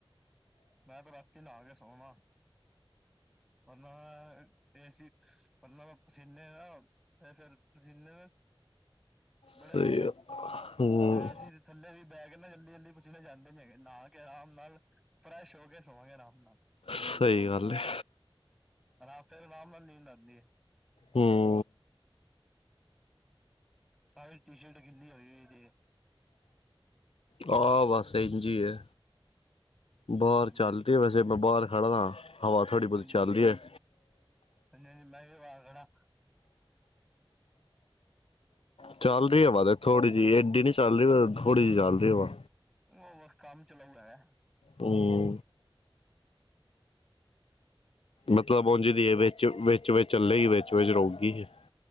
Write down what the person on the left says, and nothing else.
ਸਹੀ ਆ ਹੂੰ
ਸਹੀ ਗੱਲ ਹੈ।
ਹਮ।
ਹਾ ਬਸ ਇੰਝ ਈ ਹੈ ਬਾਹਰ
ਚੱਲਦੀ
ਹੈ ਵੈਸੇ ਮੈਂ ਬਾਹਰ ਖੜ੍ਹਦਾ ਹਵਾ ਥੋੜ੍ਹੀ ਬਹੁਤੀ
ਚੱਲਦੀ ਹੈ।
ਚੱਲਦੀ ਹਵਾ ਤੇ ਥੋੜ੍ਹੀ ਜਿਹੀ ਐਡੀ ਨੀ ਚੱਲ ਰਹੀ ਪਰ ਥੋੜੀ ਜਹੀ ਚੱਲ ਰਹੀ ਹੈ ਹਵਾ
ਹਮ। ਮਤਲਬ ਉਝਦੀ ਹੈ ਵਿੱਚ, ਵਿੱਚ, ਵਿਚ ਚੱਲੇਗੀ ਵਿੱਚ ਵਿਚ ਰੋਕ ਗਈ ਹੈ।